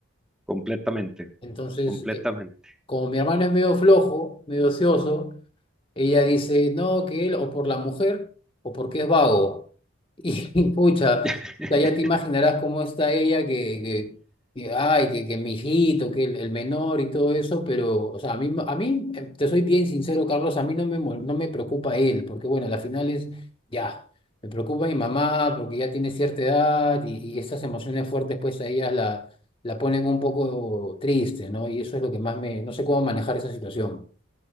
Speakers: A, in the centre; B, on the left (about 25°).
A: completamente,
B: Entonces...
A: completamente.
B: e- como mi hermano es medio flojo, medio ocioso, ella dice, no, que él o por la mujer o porque es vago. Y <laughs> pucha,
A: <laughs>
B: o sea, ya te imaginarás cómo está ella, que, que, que, ay, que, que mi hijito, que el, el menor y todo eso, pero, o sea, a mí, a mí, eh, te soy bien sincero, Carlos, a mí no me, mol- no me preocupa él, porque bueno, a la final es, ya, me preocupa mi mamá, porque ya tiene cierta edad y, y estas emociones fuertes, pues a ellas la, la ponen un poco triste, ¿no? Y eso es lo que más me, no sé cómo manejar esa situación.